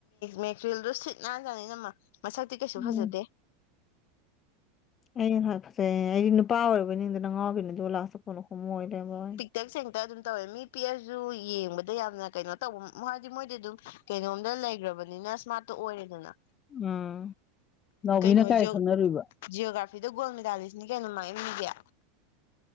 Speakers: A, on the left (about 65°); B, on the left (about 25°).
A: ꯃꯦꯔꯤꯜꯗꯣ ꯁꯤꯠ ꯅꯥꯟꯖꯥꯅꯤ ꯅꯃ ꯃꯁꯛꯇꯤ ꯀꯩꯁꯨ
B: ꯎꯝ
A: ꯐꯖꯗꯦ
B: ꯑ ꯍꯥꯏꯐꯠꯁꯦ ꯑꯩꯗꯤ ꯅꯨꯄꯥ ꯑꯣꯏꯔꯕꯅꯤꯗ ꯅ ꯉꯥꯎꯕꯤꯅꯗꯤ ꯂꯥꯛꯥꯁ ꯀꯨꯅ ꯈꯨꯝꯃ ꯑꯣꯏꯔꯦ ꯚꯣꯏ
A: ꯇꯦꯛ ꯁꯦꯡꯇꯔ ꯑꯗꯨꯝ ꯇꯧꯋꯦ ꯃꯤ ꯄꯤꯛꯑꯁꯨ ꯌꯦꯡꯕꯗ ꯌꯥꯝꯅ ꯀꯩꯅꯣ ꯇꯧꯕ ꯍꯥꯏꯗꯤ ꯃꯣꯏꯗꯤ ꯑꯗꯨꯝ ꯀꯩꯅꯣꯝꯇ ꯂꯩꯈ꯭ꯔꯕꯅꯤꯅ ꯁꯃꯥꯠꯇ ꯑꯣꯏꯔꯦꯗꯅ
B: ꯎꯝ ꯅꯥꯎꯕꯤꯅ
A: ꯀꯩꯅꯣ
B: ꯀꯥꯏ
A: ꯖꯤ
B: ꯈꯪꯅꯔꯨꯏꯕ
A: ꯖꯤꯑꯣꯒ꯭ꯔꯥꯐꯤꯗ ꯒꯣꯜ ꯃꯦꯗꯥꯂꯤꯁꯅꯤ ꯀꯩꯅꯣ ꯃꯥꯡꯏꯅꯤꯒꯦ